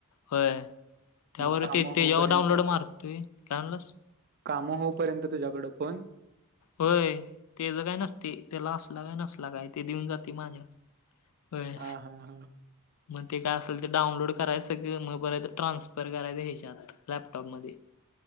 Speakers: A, on the left (about 80°); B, on the right (about 45°).
A: होय त्यावर
B: मग काम
A: ते तेज्यावर
B: होऊपर्यंत
A: डाउनलोड मारतुय. काय म्हणलास?
B: काम होईपर्यंत तुझ्याकडं फोन
A: होय तेज काय नसते. त्याला असला काय नसला काय ते देऊन जातंय. ते <unintelligible> होय.
B: हा हा हा
A: मग ते काय असेल ते डाऊनलोड करायच सगळं, मग परत ट्रान्सफर करायच हेच्यात. लॅपटॉप मध्ये